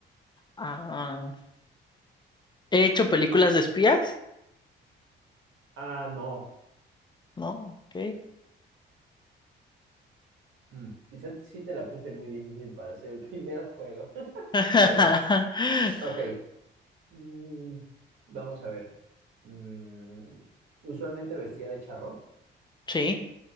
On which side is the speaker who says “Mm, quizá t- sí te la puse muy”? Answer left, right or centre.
Right